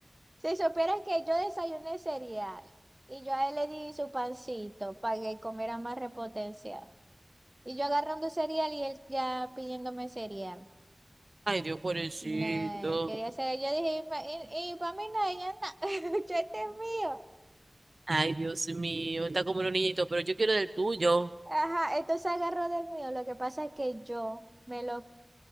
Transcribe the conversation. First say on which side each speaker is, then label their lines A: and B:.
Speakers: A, on the right; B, on the right.
A: Si supieras que yo desayuné cereal y yo a él le di su pancito para que comiera más repotenciado. Y yo agarrando cereal y él ya pidiéndome cereal.
B: Ay, Dios, pobrecito.
A: Nah, quería cereal. Yo dije, y, y, y para mí no, ella no, <laughs> este es mío.
B: Ay, Dios mío. Está como un niñito, pero yo quiero del tuyo.
A: Ajá, entonces agarró del mío. Lo que pasa es que yo me lo